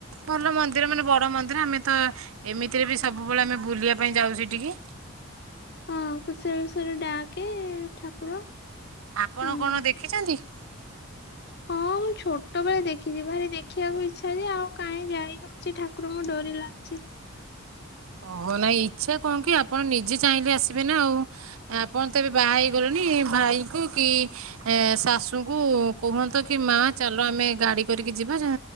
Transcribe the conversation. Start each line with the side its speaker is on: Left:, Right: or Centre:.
Right: ଭଲ ମନ୍ଦିର ମାନେ ବଡ ମନ୍ଦିର ଆମେ ତ ଏମିତିରେ ବି ସବୁ କେବବଳେ ଆମେ ବୁଲିବା ପାଇଁ ଯାଉଛଠିକି।
Left: ହଁ କୁସରସର ଡାକେ ଠାକୁର
Right: ଆପଣ
Left: ହଁ।
Right: କଣ ଦେଖିଛନ୍ତି? <unintelligible>
Left: ହଁ ମୁଁ ଛୋଟ ବେଳେ ଦେଖିଛି ଭାରି ଦେଖିବାକୁ ଇଚ୍ଛା ଯେ ଆଉ କାହିଁ ଯାଇ ହଉଛି ଠାକୁରଙ୍କୁ ଡରି ଲାଗୁଛି।
Right: ଓହ ନାଇଁ ଇଚ୍ଛା କଣ କି ଆପଣ ନିଜେ ଚାହିଁଲେ ଆସିବେ ନା ଆଉ ଆପଣ ତବେ ବାହା ହେଇଗଲେଣି ଭାଇ କ କି ଶାଶୁଙ୍କୁ କୁହନ୍ତ କି ମା ଚାଲ ଆମେ ଗାଡି କରିକି ଯିବା